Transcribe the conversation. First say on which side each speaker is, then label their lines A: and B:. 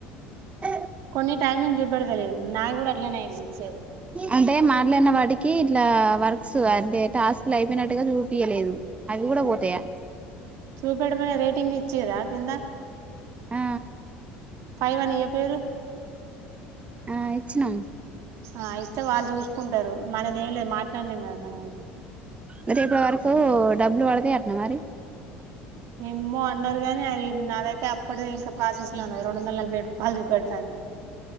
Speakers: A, on the right; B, on the right.
A: ఆ
B: కొన్ని టైమింగ్ చూపెడతలేదు నాకు కూడా అట్లనేయంది సేము
A: అంటే మాట్లాడిన వాటికి ఇట్లా వర్క్స్ అంటే టాస్క్ లు అయిపోయినట్టుగా చూపియలేదు అవి కూడా పోతాయా
B: చూపెడు మనే రేటింగ్ ఇచ్చిరా కింద
A: ఆ
B: ఫైవ్ అని ఇయ్యపోయేరు
A: ఆ ఇచ్చినం
B: ఆ ఇస్తే వాళ్ళు చూసుకుంటారు మనది ఏం లేదు మాట్లాడినేం కదా మనము
A: ఐతే ఇప్పటి వరకూ డబ్బులు పడతాయి అట్నా మరి
B: ఏమో అన్నారు గానీ అయి నాదైతే అప్పడిదే ఇంకా ప్రాసెస్ ట్లన్నది రెండు వందల నలభై ఏడు రూపాయలు జూపెడుతాంది